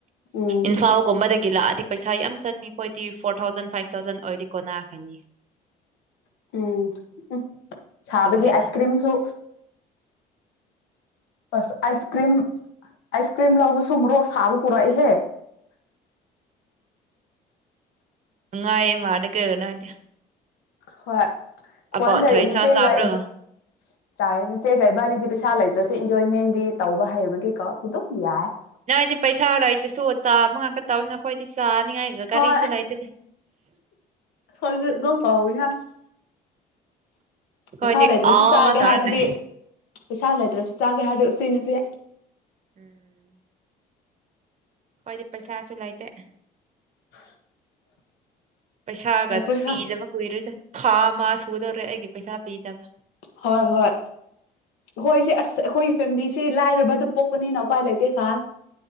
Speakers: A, on the left; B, on the right.
A: ꯎꯝ
B: ꯏꯝꯐꯥꯜ ꯒꯨꯝꯕꯗꯒꯤ ꯂꯥꯛꯑꯗꯤ ꯄꯩꯁꯥ ꯌꯥꯝ ꯆꯠꯅꯤ ꯑꯩꯈꯣꯏꯗꯤ ꯐꯣꯔ ꯊꯥꯎꯖꯟ ꯐꯥꯏꯚ ꯊꯥꯎꯖꯟ ꯑꯣꯏꯔꯤꯗꯤ ꯀꯣꯟꯅꯥꯈ꯭ꯔꯅꯤ꯫
A: ꯎꯝ ꯎꯝ ꯁꯥꯕꯒꯤ
B: ꯑꯗꯨꯅꯤꯅꯦ
A: ꯑꯥꯏꯁ ꯀ꯭ꯔꯤꯝ ꯁꯨ ꯑꯁ ꯑꯥꯏꯁ ꯀ꯭ꯔꯤꯝ ꯑꯥꯏꯁ ꯀ꯭ꯔꯤꯝ ꯂꯧꯕꯁꯨ ꯃꯣꯔꯣꯛ ꯁꯥꯕ ꯄꯨꯔꯛꯏꯍꯦ
B: ꯅꯨꯡꯉꯥꯏ ꯃꯥꯜꯂꯦ ꯀꫭ ꯅꫭꯏꯗꯤ
A: ꯍꯣꯏ ꯍꯣꯟ
B: ꯑꯕꯣꯠ
A: ꯀꯩ
B: ꯍꯩꯁꯥ
A: ꯅꯆꯦꯒ
B: ꯆꯥꯕ꯭ꯔꯣ
A: ꯏꯕ ꯆꯥꯏꯌꯦ ꯅꯆꯦꯒ ꯏꯕꯅꯤꯗꯤ ꯄꯩꯁꯥ ꯂꯩꯇ꯭ꯔꯁꯨ ꯏꯟꯖꯣꯏꯃꯦꯟꯗꯤ ꯇꯧꯕ ꯍꯩꯕꯒꯤꯀꯣ ꯑꯗꯨ ꯑꯗꯨꯝ ꯌꯥꯏꯌꯦ
B: ꯅꯪꯏꯗꯤ ꯄꯩꯁꯥ ꯂꯩꯇꯔꯁꯨ ꯆꯥꯕꯉꯥꯡꯇ ꯇꯧꯅ ꯑꯩꯈꯣꯏꯗꯤ ꯆꯥꯅꯤꯡꯉꯥꯏꯒ ꯀꯔꯤꯁꯨ
A: ꯍꯣꯏ
B: ꯂꯩꯇꯗꯦ
A: ꯁꯣꯏꯗꯝ <unintelligible> ꯀꯥꯎꯏꯅ
B: ꯑꯩꯈꯣꯏꯗꯤ
A: ꯄꯩꯁꯥ ꯂꯩꯇ꯭ꯔꯁꯨ
B: ꯑꯥ
A: ꯆꯥꯒꯦ
B: ꯇꯧꯔꯅꯩ
A: ꯍꯥꯏꯔꯗꯤ ꯄꯩꯁꯥ ꯂꯩꯇ꯭ꯔꯁꯨ ꯆꯥꯒꯦ ꯍꯥꯏꯔꯗꯤ ꯎꯁꯤꯟꯅꯁꯦ
B: ꯎꯝ꯫ ꯑꯩꯈꫭꯏꯗꯤ ꯄꯩꯁꯥꯁꯨ ꯂꯩꯇꯦ
A: <inaudible>
B: ꯄꯩꯁꯥꯒ
A: ꯄꯩꯁꯥ
B: ꯄꯤꯗꯕ ꯀꯨꯏꯔꯣꯏꯗ ꯊꯥ ꯃꯥ ꯁꯨꯗꯧꯔꯦ ꯑꯩꯒꯤ ꯄꯩꯁꯥ ꯄꯤꯗꯕ
A: ꯍꯣꯏ ꯍꯣꯏ ꯍꯣꯏ ꯁꯦ ꯑꯁ ꯑꯩꯈꯣꯏꯒꯤ ꯐꯦꯃꯤꯂꯤꯁꯦ ꯂꯥꯏꯔꯕꯗ ꯄꯣꯛꯄꯅꯤꯅ ꯎꯄꯥꯏ ꯂꯩꯇꯦ ꯈꯥꯟ